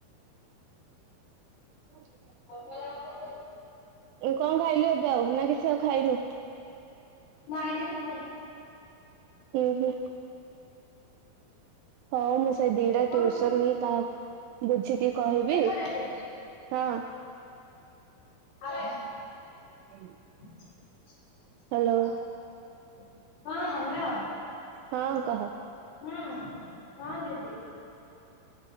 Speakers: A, on the right; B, on the left.
A: <unintelligible>
B: <unintelligible>
A: କଣ ଖାଇଲୁ ଏବେ ଆଉ ନା କିଛି ଆଉ ଖାଇନୁ
B: ନାଇଁ ଦିଦି ଖାଇ
A: ହୁଁ ହୁଁ ହଁ ମୁଁ ସେଇ ଦିଟା
B: ତମ
A: ଟ୍ୟସନ କାହାକୁ ବୁଝିକି କହିବି
B: ଦେଖ ଦିଦି
A: ହଁ
B: ଆରେ
A: <unintelligible>
B: <unintelligible>
A: ହ୍ୟାଲୋ
B: ହଁ ହ୍ୟାଲୋ
A: ହଁ କହ
B: ହଁ ହଁ ଦିଦି